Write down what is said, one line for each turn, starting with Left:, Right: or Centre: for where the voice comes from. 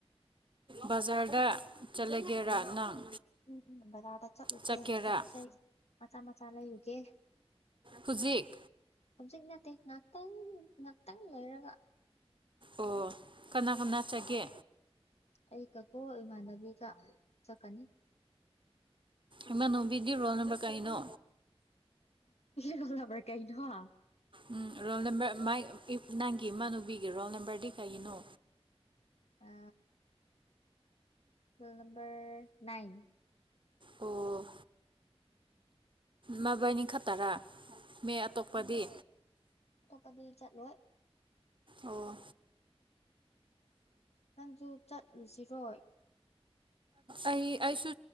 Right: ꯕꯖꯥꯔꯗ ꯆꯠꯂꯒꯦꯔꯥ ꯅꯪ꯫
Left: ꯎꯝ ꯎꯝ ꯕꯖꯥꯗ ꯆꯠꯂꯨꯁꯦ
Right: ꯆꯠꯀꯦꯔꯥ
Left: ꯄꯣꯠ ꯆꯩ ꯃꯆꯥ ꯃꯆꯥ ꯂꯩꯌꯨꯒꯦ
Right: ꯍꯧꯖꯤꯦꯛ
Left: ꯍꯧꯖꯤꯛ ꯅꯠꯇꯦ ꯉꯍꯥꯛꯇꯪ ꯉꯍꯥꯛꯇꯪ ꯂꯩꯔꯒ
Right: ꯑꯣ ꯀꯅꯥ ꯀꯅꯥ ꯆꯒꯦ
Left: ꯑꯩ ꯀꯛꯀꯣ ꯏꯃꯥꯟꯅꯕꯤꯒ ꯆꯠꯀꯅꯤ
Right: ꯏꯃꯅꯣꯕꯤꯗꯤ ꯔꯣꯜ ꯅꯝꯕ꯭ꯔ ꯀꯩꯅꯣ
Left: ꯏꯃꯣ ꯂꯝꯕ꯭ꯔ ꯀꯩꯅꯩꯅꯣ
Right: ꯎꯝ ꯔꯣꯜ ꯅꯝꯕꯔ ꯅꯪꯒꯤ ꯏꯃꯥꯟꯅꯨꯕꯤꯒꯤ ꯔꯣꯜ ꯅꯝꯕꯔꯗꯤ ꯀꯩꯒꯤꯅꯣ
Left: ꯑ ꯐ ꯅꯝꯕꯔ ꯅꯥꯏꯟ
Right: ꯑꯣ ꯃꯕꯥꯏꯅꯤ ꯈꯛꯇꯔꯥ ꯃ ꯑꯇꯣꯞꯄꯗꯤ
Left: ꯀꯕꯤ ꯆꯠꯂꯣꯏ
Right: ꯑꯣ
Left: ꯁꯨ ꯆꯠꯂꯨꯁꯤꯔꯣꯏ
Right: ꯑꯩ ꯑꯩꯁꯨ